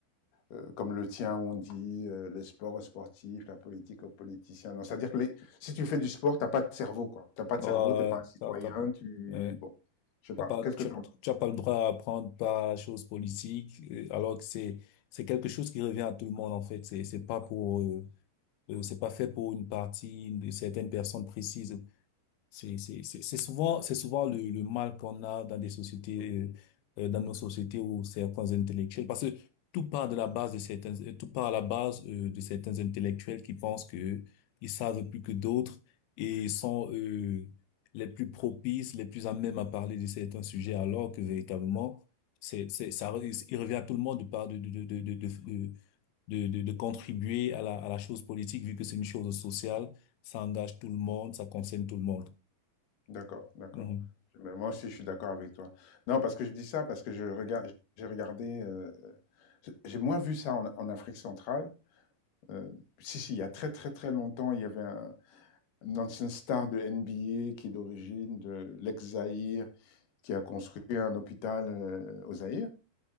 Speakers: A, on the left (about 55°); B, on the left (about 85°).
A: euh, comme le tien où on dit euh, le sport aux sportifs, la politique aux politiciens. Non, c'est-à-dire que les- si tu fais du sport, t'as pas de cerveau quoi. T'as pas de
B: Ouais,
A: cerveau, t'es pas un citoyen,
B: t'as, t'as,
A: tu...
B: ouais.
A: Bon, je sais
B: T'as
A: pas,
B: pas,
A: qu'est-ce
B: tu,
A: que tu en penses
B: tu as pas le droit à apprendre par chose politique, euh, alors que c'est, c'est quelque chose qui revient à tout le monde, en fait. C'est, c'est pas pour, euh, euh, c'est pas fait pour une partie, une- certaines personnes précises. C'est, c'est, c'est c'est souvent, c'est souvent le, le mal qu'on a dans des sociétés, euh, euh, dans nos sociétés où certains intellectuels, parce que tout part de la base de certains, euh, tout part à la base, euh, de certains intellectuels qui pensent que ils savent plus que d'autres et sont, euh, les plus propices, les plus à même à parler de certains sujets, alors que véritablement, c'est, c'est, ça, il revient à tout le monde de par- de, de, de, de, de, de, de, de- de contribuer à la, à la chose politique, vu que c'est une chose sociale, ça engage tout le monde, ça concerne tout le monde.
A: D'accord, d'accord.
B: Mhm.
A: Mais Moi aussi je suis d'accord avec toi. Non, parce que je dis ça parce que je regarde, j'ai regardé, euh, j'ai moins vu ça en en Afrique centrale. Euh, si, si, il y a très très très longtemps, il y avait un, un ancien star de NBA qui est d'origine de l'ex-Zaïre, qui a construit un hôpital euh, au Zaïre.